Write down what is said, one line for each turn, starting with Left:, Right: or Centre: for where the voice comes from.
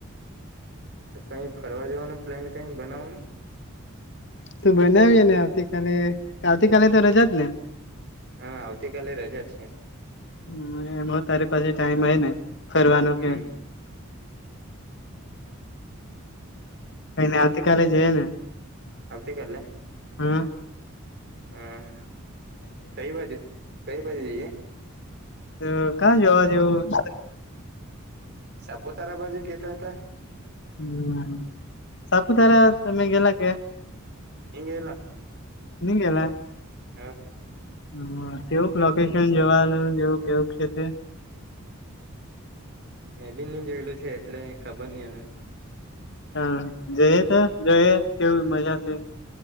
Right: તો કઈ ફરવા જવાનું પ્લાન કઈ બનાવનું
Left: તું બનાવીય ને આવતી કલે આવતી કાલે તો રજા જ ને?
Right: હા આવતીકાાલે રજા છે.
Left: હમ એમાં તારી પાસે ટાઈમ હો ને ફરવાનો
Right: હમ
Left: કે કને આવતી કલે જ ને-
Right: આવતીકાલે-
Left: હમ-
Right: હમ કઈ બાજુ કઈ બાજે જઈએ-
Left: તો ક્યાં જવા જેવું-
Right: સાપુતારા બાજુ કેતા હતા-
Left: હમ સાપુતારા તમે ગેલા કે-
Right: ની ગેલા-
Left: નિ ગેલા -
Right: હા-
Left: હમ તેવુંક લોકેશન જવાનું જેવું કેવું છે તે-
Right: મેં બી નહી જોયેલું છે એટલે ખબર નહ હવે-
Left: હા જય તો જય કેવું મજા છે